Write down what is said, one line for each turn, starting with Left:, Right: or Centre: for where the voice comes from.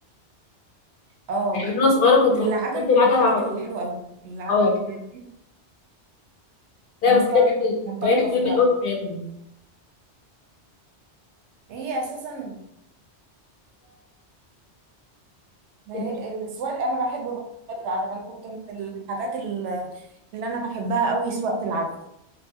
Right: اه
Left: من وانا صغيره كنت
Right: العجل
Left: بحب اسوق العجل
Right: من الحاجات
Left: على طول
Right: الحلوه قوي العجل
Left: اه لا
Right: منطلقة
Left: بس بجد
Right: منطلقة
Left: الهوايات
Right: في
Left: مهمه
Right: الهواء
Left: قوي في حياتنا
Right: هي أساسا ما
Left: انت
Right: هي- السواقة أنا بحب برضه سواقة العجل أنا كنت من الحاجات ال- اللي أنا بحبها قوي سواقة العجل